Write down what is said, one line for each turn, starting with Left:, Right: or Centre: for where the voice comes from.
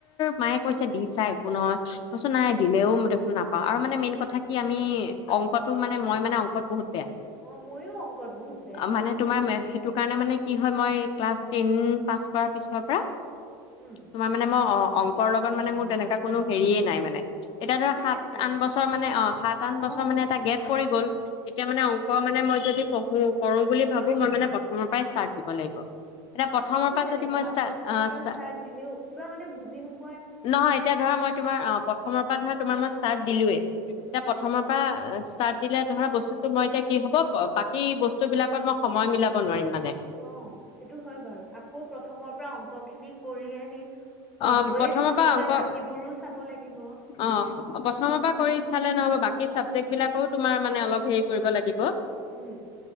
Left: মায়ে কৈছে দি চা একো নহয় ম‌ই কৈছো নাই দিলেও মই দেখোন নাপাওঁ আৰু মানে মেইন কথা কি আমি অংকটো মানে মই মানে অংকত বহুত বেয়া
Centre: অ', ময়ো অংকত বহুত বেয়া।
Left: আৰু মানে তোমাৰ মেথছ শি টোৰ কাৰণে মানে কি হয় মই ক্লাছ টেন পাছ কৰা পিছৰ পৰা
Centre: উম।
Left: তোমাৰ মানে মই অ অংক অংকৰ লগত মানে মোৰ তেনেকুৱা কোনো হেৰিয়ে নাই মানে এতিয়া ধৰা
Centre: মোৰো
Left: সাত
Centre: একেই
Left: আঠ বছৰ মানে অ সাত আঠ
Centre: অ'।
Left: বছৰ মানে এটা গেপ পৰি গ'ল। তেতিয়া মানে অংক মানে মই যদি পঢ়ো কৰো বুলি ভাবো মই মানে প্ৰথমৰ পৰাই ষ্টাৰ্ট দিব লাগিব। প্ৰথমৰ
Centre: মোৰো
Left: পৰা
Centre: তেনেকুৱা
Left: যদি মই
Centre: আৰু
Left: ষ্টা
Centre: প্ৰথমৰ
Left: অ
Centre: পৰা
Left: ষ্টা
Centre: ষ্টাৰ্ট দিলেও কিবা মানে বুজি নো
Left: নহয় এতিয়া ধৰা মই তোমাৰ অ অসমৰ পৰা ধৰা তোমাৰ মই ষ্টাত দিলো এয়া
Centre: উম।
Left: প্ৰথমৰ প্ৰথমৰ পৰা ষ্টাৰট দিলে ধৰা, বস্তুতো মই এতিয়া কি হ'ব বাকী বস্তু বিলাকত মই সময় মিলাব নোৱাৰিম। মানে
Centre: অ সেইটো হয় বাৰু। আকৌ প্ৰথমৰ পৰা অংক খিনি কৰি আহি অংকয়ে
Left: অ প্ৰথমৰ
Centre: চোৱা
Left: পৰা
Centre: হ'বনে
Left: অংক
Centre: বাকীবোৰো
Left: অ
Centre: চাব লাগিব
Left: প্ৰথমৰ পৰা কৰি চালে নহ'ব বাকী বাকী চাবজেক্ট বিলাকো তোমাৰ মানে অলপ হেৰি কৰিব লাগিব
Centre: উম